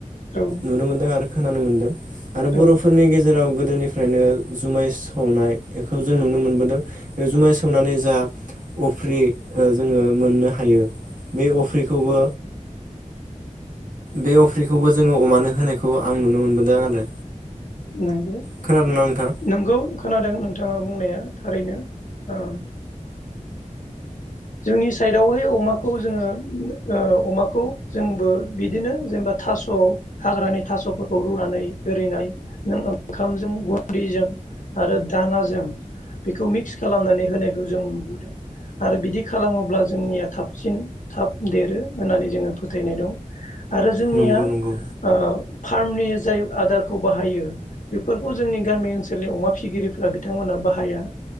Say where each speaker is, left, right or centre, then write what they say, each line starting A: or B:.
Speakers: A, on the left (about 70°); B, on the right (about 75°).
A: औ
B: नुनो ओ मोनदों आरो खोनानो मोन्दों आरो
A: औ
B: बर'फोरनि गेजेराव गोदोनिफ्रायनो जुमाय सावनाय बेखौ जों नुनो मोनबोदों बे जुमाय सा सावनानै जा अफ्रि ओ जोङो मोननो हायो बे अफ्रिखौबो बे अफ्रिखौबो जोङो अमानो होनायखौ आं नुनो मोनबोदों आरो।
A: नोंगौ
B: खोनादोंना नोंथां
A: नोंगौ खोनादों नोंथां। थाङा बुंनाया थारैनो। औ। जोंनि साइ दावहाय अमाखौ जोङो ओ अमाखौ जोंबो बिदिनो जेनेबा थास' हाग्रानि थास'फोरखौ रुनानै ओरैनाय नों ओंखामजों गुन्दैजों आरो दानाजों बेखौ मिक्स खालामनानै होनायखौ जों नुबोदों आरो बिदि। खालामोब्ला जोंनिया थाबसिन थाब देरो होननानै जोङो फोथायनाय दं। आरो जोंनिया
B: नंगौ नंगौ
A: ओ। फार्मनि जाय आदारखौ बाहायो बेफोरखौ जोंनि गामि ओनसोलनि अमा फिगिरिफोरा बिथांमोनहा बाहाया